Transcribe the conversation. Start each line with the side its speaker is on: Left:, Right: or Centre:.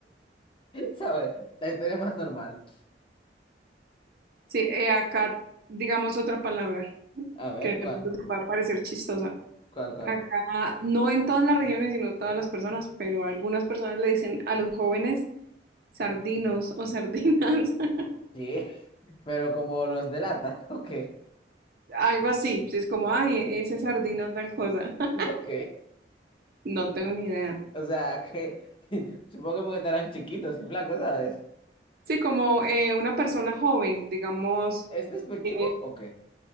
Left: <laughs> ¿sabes? La historia más normal.
Right: Sí, eh, acá digamos otra palabra
Left: A ver,
Right: que de
Left: ¿cuál?
Right: pronto te pueda parecer chistosa.
Left: ¿Cuál, cuál?
Right: Acá, no en todas las regiones, sino todas las personas, pero algunas personas le dicen a los jóvenes sardinos o sardinas, <laughs>
Left: ¿Qué? <laughs> Pero como los delata, <laughs> ok.
Right: algo así. Sí, Es como, ay, ese sardino tal cosa. <laughs>
Left: ¿Y por qué?
Right: No tengo ni idea.
Left: O sea, que <laughs> supongo que porque estarán chiquitos y flacos, ¿sabes?
Right: Sí, como eh, una persona joven, digamos,
Left: ¿Es despectivo
Right: eh,
Left: o qué?